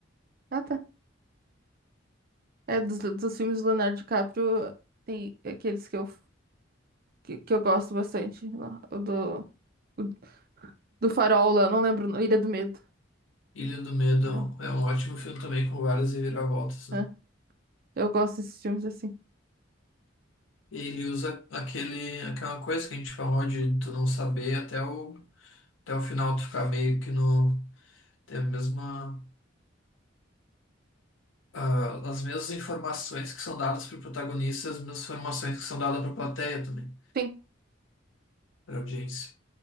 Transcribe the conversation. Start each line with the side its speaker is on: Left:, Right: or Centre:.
Right: Ah, tá. É, dos, dos filmes do Leonardo DiCaprio, tem aqueles que eu, que, que eu gosto bastante. lá. O do, o do Farol lá, não lembro, o nome, Ilha do Medo.
Left: Ilha do Medo
Right: É,
Left: é um é um ótimo filme também com várias reviravoltas, né?
Right: é. Eu gosto desses filmes assim.
Left: Ele usa aquele, aquela coisa que a gente falou de tu não saber até o, até o final, tu ficar meio que no, tem a mesma ah, as mesmas informações que são dadas para o protagonista, as mesmas informações que são dadas para a plateia também,
Right: Sim,
Left: para a audiência.